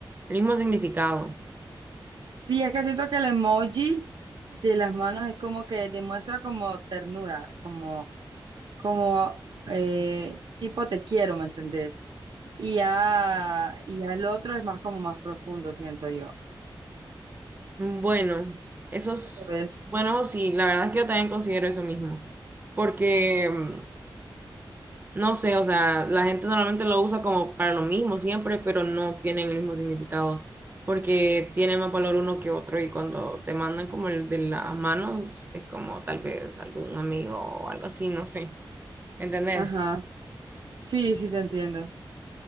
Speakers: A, on the right; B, on the right.
A: el mismo significado.
B: Sí, es que siento que el emoji de las manos es como que demuestra como ternura, como, como eh, tipo te quiero, ¿me entendés? Y ya, y ya el otro es más como más profundo, siento yo.
A: Mm, Bueno, esos,
B: ¿Lo ves?
A: bueno, sí, la verdad es que yo también considero eso mismo, porque, mm, no sé, o sea, la gente normalmente lo usa como para lo mismo siempre, pero no tienen el mismo significado, porque tiene más valor uno que otro y cuando te mandan como el de las manos, es como tal vez algún amigo o algo así, no sé, ¿entendés?
B: Ajá. Sí, sí te entiendo.